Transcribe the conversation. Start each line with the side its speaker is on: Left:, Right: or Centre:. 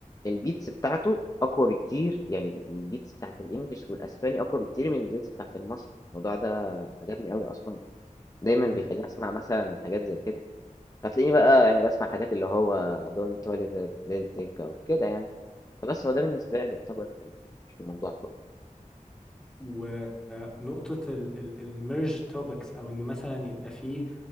Left: البيتس بتاعته اقوى بكتير يعني البيتس بتاعت الانجليش والاسباني اقوى بكتير من البيتس بتاعت المصري الموضوع ده عجبني قوي اصلا دايما
Centre: أمم.
Left: بيخليني اسمع مثلا حاجات زي كده فتلاقيني بقى يعني بسمع حاجات اللي هو دون توليفر ليل تيكا وكده يعني فبس هو ده بالنسبة لي يعتبر في ال- في الموضوع كله
Centre: ونقطة ال- ال- الميرج توبكس أو إن مثلا يبقى فيه